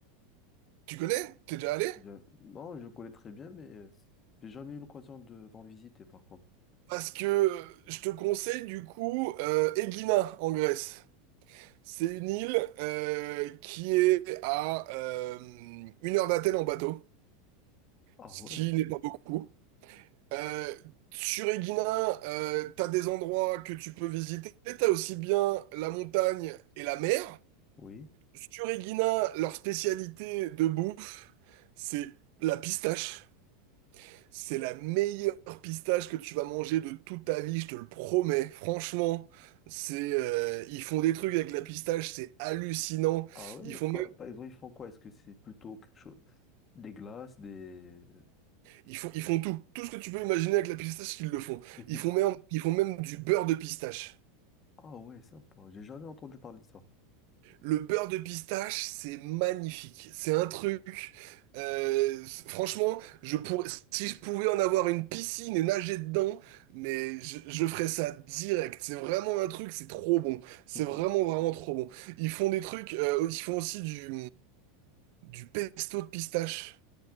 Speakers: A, on the right; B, on the left.
A: Tu connais? T'es déjà allé?
B: Bien... Non, je connais très bien, mais euh, j'ai jamais eu l'occasion de, d'en visiter, par contre.
A: Parce que euh, je te conseille, du coup, euh, Egina, en Grèce. C'est une île euh, qui est à euh, une heure d'Athènes en bateau,
B: Ah
A: ce
B: ouais,
A: qui n'est pas beaucoup. Euh, sur Egina, euh, t'as des endroits que tu peux visiter. T'as aussi bien la montagne et la mer.
B: oui.
A: Stureguina, leur spécialité de bouffe, c'est la pistache. C'est la meilleure pistache que tu vas manger de toute ta vie, je te le promets. Franchement, c'est euh, ils font des trucs avec la pistache, c'est hallucinant.
B: Ah ouais,
A: Ils font
B: par,
A: même,
B: par exemple, ils font quoi? Est-ce que c'est plutôt quelque chose... Des glaces, des...
A: ils font, ils font tout, tout ce que tu peux imaginer avec la pistache, ils le font.
B: <laughs>
A: Ils font même, ils font même du beurre de pistache.
B: Ah ouais, sympa. J'ai jamais entendu parler de ça.
A: Le beurre de pistache, c'est magnifique. C'est un truc. euh, franchement, je pourrais, si je pouvais en avoir une piscine et nager dedans, mais je, je ferais ça direct. C'est vraiment un truc, c'est trop bon. C'est
B: <laughs>
A: vraiment, vraiment trop bon. Ils font des trucs, euh, ils font aussi du, du pesto de pistache.